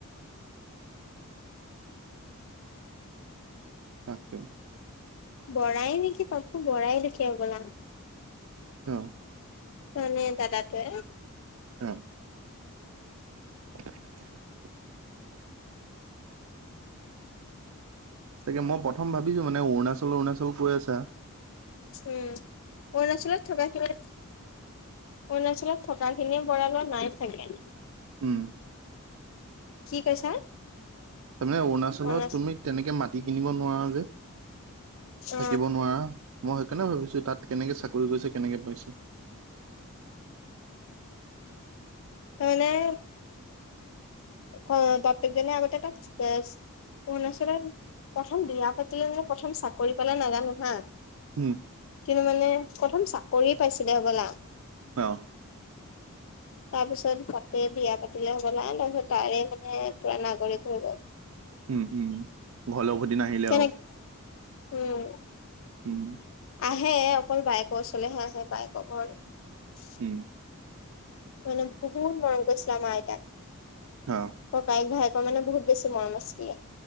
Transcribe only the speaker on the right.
তাকে।
অঁহ'
উম' <unintelligible> তাকে মই প্ৰথম ভাবিছোঁ মানে অৰুণাচল অৰুণাচল কৈ আছা।
উম'
তামানে অৰুণাচলত
তুমি তেনেকে মাটি কিনিব নোৱাৰা যে।
থাকিব নোৱাৰা। মই সেইকাৰণে ভাবিছো তাত কেনেকে চাকৰি কৰিছে কেনেকে পাইছে।
উম'
অঁহ'
উম উম' ঘৰলে উভতি নাহিলে
আও।
উম'
উম'
অঁ'